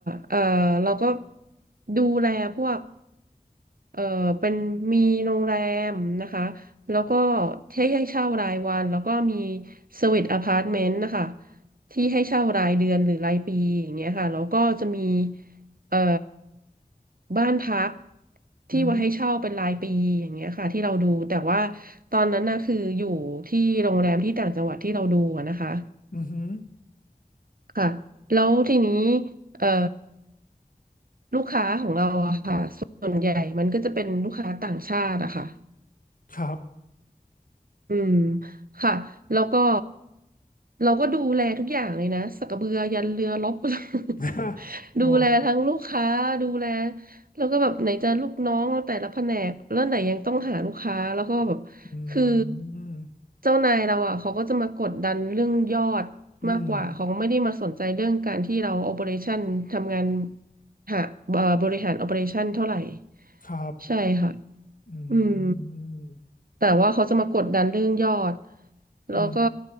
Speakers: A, on the right; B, on the left.
A: เออเราก็ดูแลพวกเออเป็นมีโรงแรมนะคะแล้วก็ให้ให้เช่ารายวันแล้วก็มีสวีทอพาร์ตเมนต์นะคะที่ให้เช่ารายเดือนหรือรายปีอย่างเงี้ยค่ะแล้วก็จะมีเอ่อบ้านพักที่ไว่าให้เช่าเป็นรายปีอย่างเงี้ยค่ะที่เราดูแต่ว่า
B: อืม
A: ตอนนั้นน่ะคืออยู่ที่โรงแรมที่ต่างจังหวัดที่เราดูอะนะคะ
B: อือหือ
A: ค่ะแล้วทีนี้เอ่อ ลูกค้าของเราอะค่ะส่วนใหญ่มันก็จะเป็นลูกค้าต่างชาติอะค่ะ
B: ครับ
A: อืมค่ะแล้วก็เราก็ดูแลทุกอย่างเลยนะสักกระเบือยันเรือรบ
B: <laughs>
A: <laughs>
B: โอ้
A: ดูแลทั้งลูกค้าดูแลแล้วก็แบบไหนจะลูกน้องเราแต่ละแผนกแล้วไหนยังต้องหาลูกค้าแล้วก็แบบคือ
B: อืม
A: เจ้านายเราอ่ะเขาก็จะมากดดันเรื่องยอดมากกว่าเขาไม่ได้มาสนใจเรื่องการที่เราโอเปอเรชั่นทำงาน
B: อืม
A: หาเอ่อบริหารโอเปอเรชั่นเท่าไหร่
B: ครับ
A: ใช่ค่ะ
B: อื
A: อืม
B: ม
A: แต่ว่าเขาจะมากดดันเรื่องยอดแล้วก็
B: อืม